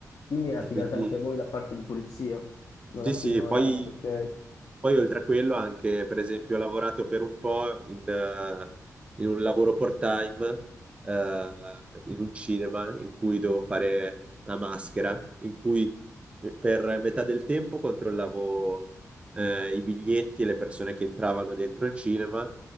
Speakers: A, on the left (about 55°); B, on the right (about 20°).
A: quindi è affidata
B: E quindi
A: anche a voi la parte di pulizia, non
B: sì,
A: la affidano
B: sì, poi,
A: ad altri, ok?
B: poi oltre a quello anche, per esempio, ho lavorato per un po' in, eh, in un lavoro part-time, eh, in un cinema in cui dovevo fare la maschera, in cui eh, Per metà del tempo controllavo eh, i biglietti e le persone che entravano dentro il cinema